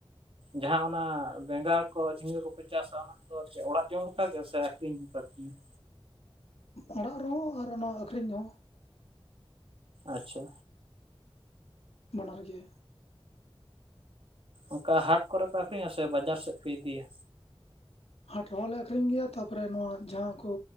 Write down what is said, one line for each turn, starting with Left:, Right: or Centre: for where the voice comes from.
Right: ᱡᱟᱦᱟᱸ ᱚᱱᱟ ᱵᱮᱸᱜᱟᱲ ᱠᱚ ᱡᱷᱤᱸᱜᱟᱹ ᱠᱚᱯᱮ ᱪᱟᱥᱟ ᱚᱱᱟ ᱟᱫᱚ ᱪᱮᱫ ᱚᱲᱟᱜ ᱡᱚᱢ ᱞᱮᱠ ᱜᱮ ᱥᱮ ᱟᱠᱷᱨᱤᱧ ᱦᱚᱸ ᱟᱠᱷᱨᱤᱧᱟ ᱞᱮᱠᱟ?
Left: ᱚᱲᱟᱜ ᱨᱮᱦᱚᱸ ᱟᱨ ᱚᱱᱟ ᱟᱹᱠᱷᱨᱤᱧ ᱦᱚᱸ᱾
Right: ᱟᱪᱪᱷᱟ
Left: ᱵᱟᱱᱟᱨ ᱜᱮ
Right: ᱚᱠᱟ ᱦᱟᱴ ᱠᱚᱨᱮᱯᱮ ᱟᱠᱷᱨᱤᱧᱟ ᱥᱮ ᱵᱟᱡᱟᱨ ᱥᱮᱫ ᱯᱮ ᱤᱫᱤᱭᱟ?
Left: ᱦᱟᱴ ᱨᱮᱦᱚᱸᱞᱮ ᱟᱠᱷᱨᱤᱧ ᱜᱮᱭᱟ ᱛᱟᱨᱯᱚᱨᱮ ᱱᱚᱣᱟ ᱡᱟᱦᱟᱸ ᱠᱚ᱾